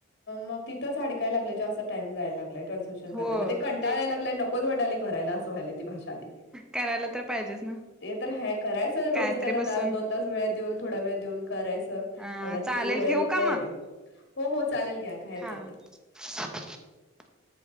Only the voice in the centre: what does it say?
हो
तेच
करायला तर पाहिजेच ना
कायतरी
बसून
अ
चालेल
ठेवू
का मग
हा
<inaudible>